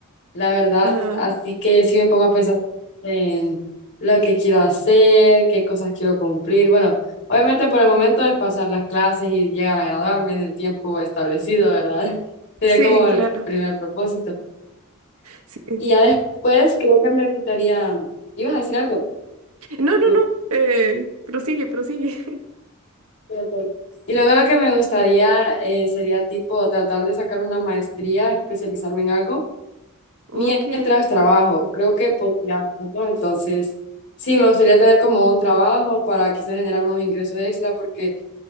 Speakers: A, on the left (about 50°); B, on the right (about 75°).
A: la verdad,
B: ajá,
A: así que sí me pongo a pensar en lo que quiero hacer, qué cosas quiero cumplir. Bueno, obviamente por el momento es pasar las clases y llegar a graduarme en el tiempo establecido, ¿verdad? <laughs> Sería
B: Sí,
A: como
B: claro.
A: el primer propósito.
B: Sí.
A: Y ya después creo que me gustaría, ¿ibas a decir algo?
B: No, no,
A: No.
B: no. eh, prosigue, prosigue. <laughs>
A: Ok. Y luego lo que me gustaría eh, sería tipo tratar de sacar una maestría, especializarme en algo
B: Ok,
A: mientras trabajo. Creo que podría hacerlo. Entonces, sí, me gustaría tener como un trabajo para quizás generar unos ingresos extra porque,